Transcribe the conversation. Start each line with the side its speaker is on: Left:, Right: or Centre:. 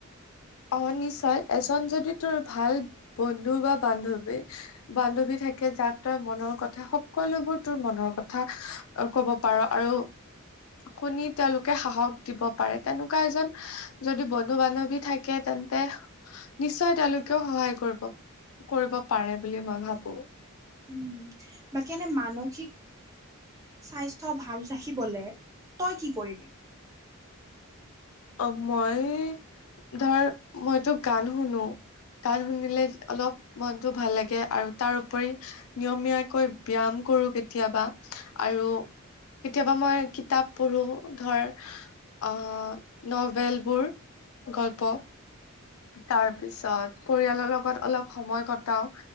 Left: অহ নিশ্চয় এজন যদি তোৰ ভাল বন্ধু বা বান্ধৱী বান্ধৱী থাকে যাক তই মনৰ কথা সকলোবোৰ তোৰ মনৰ কথা অ ক'ব পাৰ আৰু শুনি তেওঁলোকে সাহস দিব পাৰে তেনেকুৱা এজন যদি বন্ধু বান্ধৱী থাকে তেন্তে নিশ্চয় তেওঁলোকেও সহায় কৰিব কৰিব পাৰে বুলি মই ভাবো
Right: উম বাকী এনে মানসিক স্বাস্থ্য ভাল ৰাখিবলে তই কি কৰিবি
Left: অ মই ধৰ মইতো গান শুনো গান শুনিলে অলপ মনটো ভাল লাগে আৰু তাৰ উপৰি নিয়মীয়াকৈ ব্যয়াম কৰো কেতিয়াবা আৰু কেতিয়াবা মই কিতাপ পঢ়ো ধৰ অ নভেলবোৰ গল্প তাৰপিছত পৰিয়ালৰ লগত অলপ সময় কটাও